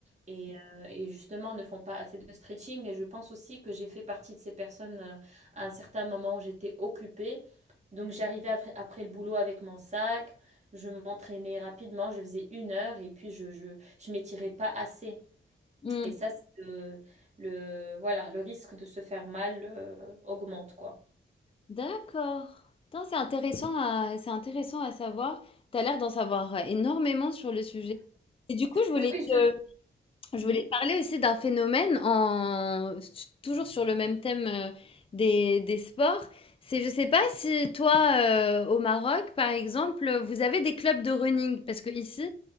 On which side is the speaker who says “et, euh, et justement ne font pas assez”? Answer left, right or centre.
Right